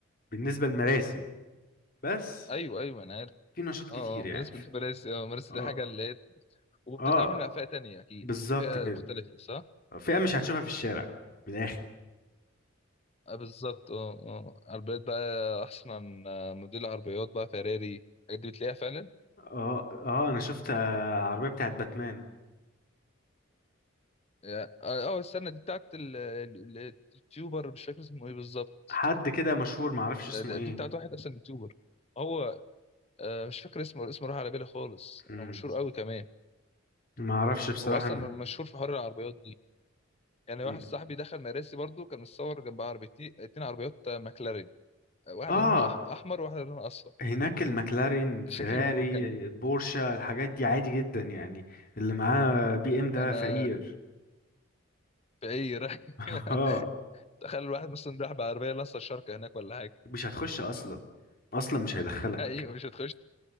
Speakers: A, on the left; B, on the left.
A: بالنسبه لمراسي بس
B: ايوه ايوه انا عارف
A: في نشاط كتير
B: اه اه
A: يعني
B: بالنسبه
A: في-
B: لمراسي اه مراسي
A: اه
B: دي حاجه اللي هي وبتتعامل
A: اه
B: مع فئه تانية اكيد
A: بالظبط
B: فئه
A: كده
B: مختلفه صح
A: فئه مش هتشوفها في الشارع من الاخر
B: آه بالظبط اه اه عربيات بقى احسن عن آه، موديل عربيات بقى فيراري الحاجات دي بتلاقيها فعلا
A: اه اه انا شفت آه، عربيه بتاعت باتمان
B: اه آه، استنى دي بتاعت ال- ال- ال- التيوبر مش فاكر اسمه ايه بالظبط
A: حد كده مشهور ما اعرفش اسمه
B: ده-
A: ايه
B: دي بتاعت واحد اصلا يوتيوبر هو آه، مش فاكر اسمه اسمه راح على بالي خالص يعني
A: مم.
B: هو مشهور قوي كمان
A: ما اعرفش بصراحه
B: هو اصلا
A: أنا.
B: م- مشهور في حوار العربيات دي يعني
A: مم.
B: واحد صاحبي دخل مراسي برضو كان متصور جنب عربيتين اتنين عربيات آه، ماكلارين آه، واحده
A: اه
B: لونها أح- احمر وواحده لونها اصفر
A: هناك المكلارين فيراري
B: شكله كان
A: بورشا الحاجات دي عادي جدا يعني اللي معاه بي ام ده
B: انا
A: فقير
B: في اي رايح
A: <laughs>
B: <laughs>
A: اه
B: تخيل الواحد مثلا راح بعربيه لسه الشركه هناك ولا حاجه
A: مش هتخش اصلا اصلا مش هيدخلك
B: ايوه مش هتخش